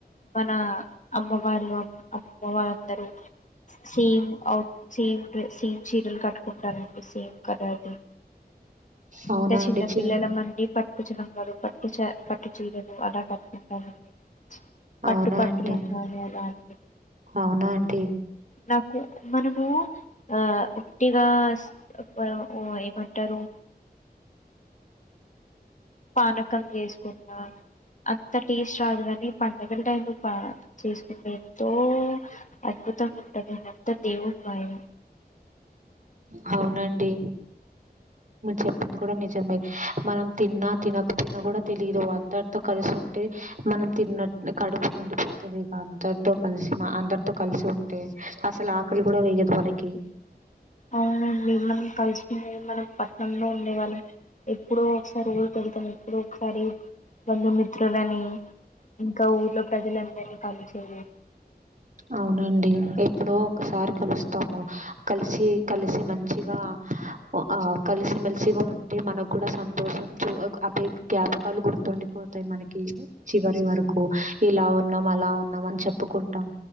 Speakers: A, on the left (about 50°); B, on the right (about 50°).
A: మన అమ్మ వాళ్ళు అమ్మమ్మ వాళ్ళందరూ సేమ్ అవుట్ సేమ్ సేమ్ చీరలు కట్టుకుంటారండి. సేమ్ కలరు
B: అవునా
A: ఇంక చిన్నపిల్లల
B: అండి చిన్
A: మండి పట్ పట్టు చినబలు పట్టు చ పట్టు చీరలు అలా కట్టుకుంటామండి పట్టు
B: అవునా
A: పట్టు
B: అండి
A: లంగాలు అలా అండి
B: అవునా అండి
A: నాకు మనము ఆ ఉట్టిగా స్ అ ఒ ఏమంటరు పానకం చేసుకున్న అంత టేస్ట్ రాదు కాని పండగల టైంలొ పా చేసుకుంటే ఎంతో అద్భుతం ఉంటదిడ త దేవున్ మయి
B: హవునండి. చెప్పింది కూడా నిజమే మనం తిన్నా తినకపోయినా కూడా తెలిదు అందరితో కలిసి ఉంటే మనం తిన్న కడుపు నిండిపోతుంది ఇక అందరితో కలిసి అందరితో కలిసి ఉంటే అసలు ఆకలి కూడా వేయదు మనకి
A: అవునండి మనం కలుసుకునేది మనం పట్టనంలో ఉండే వాళ్ళం ఎప్పుడ ఒకసారి ఊరిక వెళ్తాం ఎప్పుడు ఒకసారి బంధుమిత్రులని ఇంకా ఊర్లో ప్రజలందరినీ కలిచేది
B: అవునండి ఎప్పుడో ఒకసారి కలుస్తాము కలిసి కలిసి మంచిగా ఆ కలిసిమెలిసిగా ఉంటే మనకు కూడా సంతోషం చూ అవే జ్ఞాపకాలు గుర్తుండిపోతాయి మనకి చివరి వరకు ఇలా ఉన్నాం అలా ఉన్నాం అని చెప్పుకుంటాం